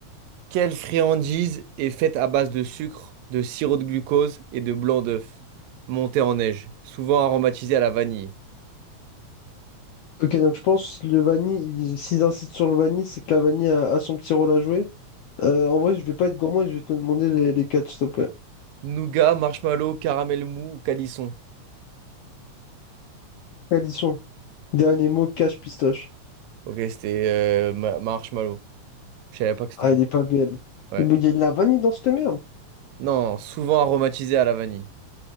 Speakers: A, on the right; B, on the left.
A: Quelle friandise est faite à base de sucre, de sirop de glucose et de blanc d'œuf, monté en neige, souvent aromatisé à la vanille?
B: Ok, donc je pense le vanille, ils- s'ils insistent sur le vanille, c'est que la vanille a, a son petit rôle à jouer. Euh, en vrai, je vais pas être gourmand, et je vais te demander les, les quatre, s'il te plaît.
A: Nougat, marshmallow, caramel mou ou calisson?
B: Quels ils sont? Dernier mot, cache pistache.
A: Ok, c'était euh, ma- marshmallow. Je savais pas que c'était
B: Ah,
A: fait.
B: elle est pas belle.
A: Ouais.
B: Mais Il y a de la vanille dans cette merde.
A: Non, souvent aromatisé à la vanille.